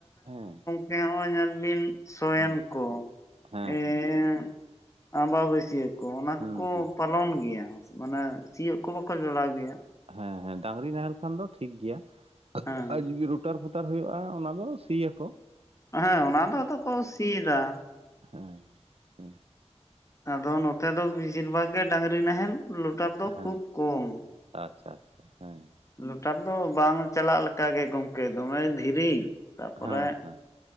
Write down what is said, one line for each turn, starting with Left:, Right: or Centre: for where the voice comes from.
Right: ᱦᱮᱸ᱾
Left: ᱦᱮᱸ ᱦᱚᱸᱜᱼᱚᱭ ᱧᱮᱞ ᱵᱤᱱ ᱥᱚᱭᱮᱱ
Right: ᱦᱩᱸ
Left: ᱠᱚ,
Right: ᱦᱮᱸ
Left: ᱮᱸᱻ
Right: ᱦᱮᱸ
Left: ᱟᱺᱵᱟᱵᱟᱹᱥᱤᱭᱟ ᱠᱚ, ᱚᱱᱟ
Right: ᱦᱩᱸ
Left: ᱠᱚᱠᱚ
Right: ᱦᱩᱸ
Left: ᱯᱟᱞᱚᱱ ᱜᱮᱭᱟ, ᱢᱟᱱᱮ ᱥᱤᱭᱚᱜ ᱠᱚ ᱵᱟᱠᱚ ᱡᱚᱲᱟᱣ ᱜᱮᱭᱟ᱾
Right: ᱦᱮᱸ ᱦᱮᱸ ᱰᱟᱹᱝᱨᱤ ᱱᱟᱦᱮᱞ ᱠᱷᱟᱱ ᱫᱚ ᱴᱷᱤᱠ ᱜᱮᱭᱟ,
Left: ᱦᱮᱸ
Right: ᱟᱨ ᱡᱩᱫᱤ ᱨᱩ ᱴᱟᱨ ᱯᱷᱩᱴᱟᱨ ᱦᱩᱭᱩᱜᱼᱟ, ᱚᱱᱟ ᱫᱚ ᱫᱤ ᱭᱟᱠᱚ᱾
Left: ᱚᱱᱟ, ᱚᱱᱟ ᱫᱚ ᱟᱫᱚ ᱠᱚ ᱥᱤ ᱮᱫᱟ᱾
Right: ᱦᱮᱸ ᱦᱮᱸ
Left: ᱟᱫᱚ ᱱᱚᱛᱮ ᱫᱚ ᱵᱤᱥᱤᱨ ᱵᱷᱟᱜᱽ ᱜᱮ ᱰᱟᱹᱝᱨᱤ ᱱᱟᱦᱮᱞ, ᱞᱚᱴᱟᱨ ᱫᱚ
Right: ᱦᱮᱸ
Left: ᱠᱷᱩᱵ ᱠᱚᱢ᱾
Right: ᱟᱪᱪᱷᱟ ᱟᱪᱪᱷᱟ ᱦᱮᱸ᱾
Left: ᱞᱚᱴᱟᱨ ᱫᱚ ᱵᱟᱝ ᱪᱟᱞᱟᱜ ᱞᱮᱠᱟ ᱜᱮ ᱜᱚᱝᱠᱮ ᱫᱚᱢᱮ ᱫᱷᱤᱨᱤ ᱛᱟᱯᱚᱨᱮ,
Right: ᱦᱮᱸ ᱦᱮᱸ